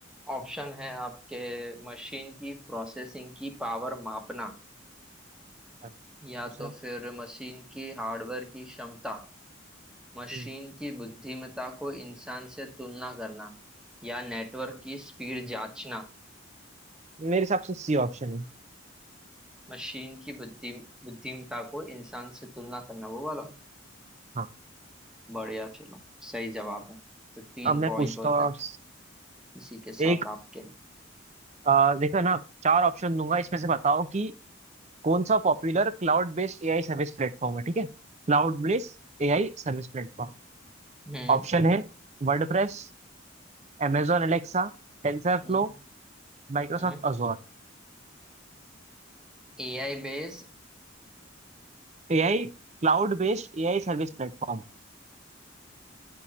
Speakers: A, in the centre; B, on the right.
A: ऑप्शन है आपके मशीन की प्रोसेसिंग की पावर मापना
B: हाँ,
A: या
B: दूसरा
A: तो फिर मशीन की हार्डवेयर की क्षमता मशीन
B: हम्म,
A: की बुद्धिमत्ता को इंसान से तुलना करना या नेटवर्क की स्पीड जांचना
B: मेरे हिसाब से सी ऑप्शन है
A: मशीन की बुद्धि बुद्धिमत्ता को इंसान से तुलना करना वो वाला
B: हाँ
A: बढ़िया चलो सही जवाब है तो तीन
B: अब मैं
A: पॉइंट
B: पूछता
A: होते
B: हूँ
A: हैं
B: आप-
A: इसी के साथ
B: एक
A: आपके
B: अ, देखो ना चार ऑप्शन दूंगा इसमें से बताओ कि कौन सा popular cloud based AI service platform है ठीक है cloud based AI service platform
A: हम्म
B: Option है WordPress amazon Alexa TensorFlow
A: हम्म
B: Microsoft
A: हम्म
B: Azure
A: एआई बेस
B: AI Cloud based AI service platform